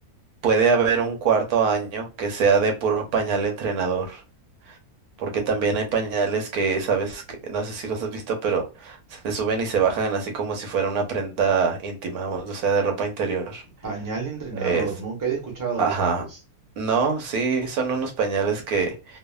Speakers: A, on the right; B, on the right.
A: puede haber un cuarto año que sea de puro pañal entrenador, porque también hay pañales que, sabes, que, no sé si los has visto, pero se suben y se bajan así como si fuera una prenda íntima, o o sea, de ropa interior.
B: Pañal entrenador,
A: Es,
B: nunca había escuchado
A: ajá.
B: de eso antes.
A: No, sí, son unos pañales que,